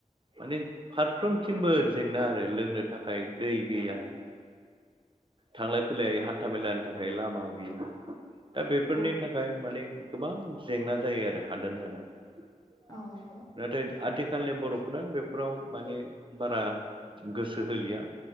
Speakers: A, on the right; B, on the left.
A: माने फारफ्रोमथिंबो जेंना आरो लोंनो थाखाय दै गैया थांलाय फैलाय हान्था मेलानि थाखाय लामा गैया दा बेफोरनि
B: औ
A: थाखाय माने गोबां जेंना जायो आरो हादान जानायाव
B: औ नंगौ
A: नाथाय आथिखालनि बर'फोरा बेफोराव माने बारा गो सो होलिया